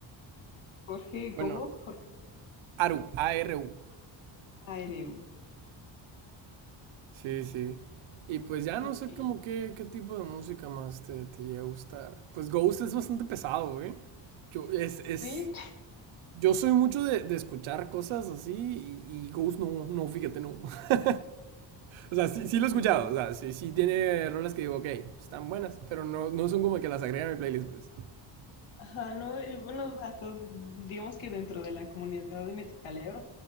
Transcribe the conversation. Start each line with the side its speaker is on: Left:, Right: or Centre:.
Left: Jorge,
Right: Bueno,
Left: ¿cómo? Jorge
Right: Aru, A-R-U.
Left: Aereu.
Right: Sí, sí. Y pues ya
Left: Ok.
Right: no sé como qué, qué tipo de música más te, te llega a gustar. Pues Ghost es bastante pesado, güey. Yo, es, es,
Left: Sí,
Right: Yo soy mucho de, de escuchar cosas así y, y Ghost no, no, fíjate, no. <laughs> o sea, sí,
Left: <laughs>
Right: sí lo he escuchado,
Left: no.
Right: o sea, sí, sí tiene rolas que digo, ok, están buenas, pero no, no son como que las agregan a mi playlist, pues.
Left: Ajá, no, y bueno, hasta digamos que dentro de la comunidad de metaleros,